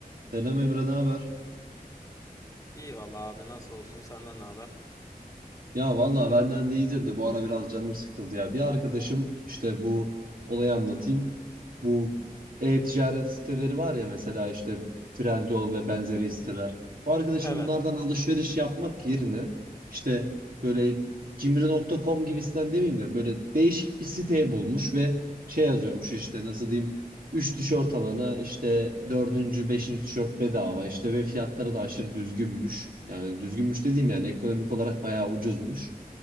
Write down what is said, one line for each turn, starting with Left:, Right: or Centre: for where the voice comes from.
Right: Selam Emre, ne haber?
Left: İyi valla abi nasıl olsun senden ne haber?
Right: Ya valla benden de iyidir de bu ara biraz canım sıkıldı ya. Bir arkadaşım işte bu olayı anlatayım. Bu e-ticaret siteleri var ya mesela işte Trendyol ve benzeri siteler. Bu arkadaşım
Left: Evet
Right: bunlardan alışveriş yapmak yerine işte böyle cimri.com gibisinden demeyeyim de böyle değişik bir site bulmuş ve şey yazıyormuş işte nasıl diyeyim Üç tişört alana işte dördüncü beşinci tişört bedava işte ve fiyatları da aşırı düzgünmüş. Yani düzgünmüş dediğim yani ekonomik olarak bayağı ucuzmuş.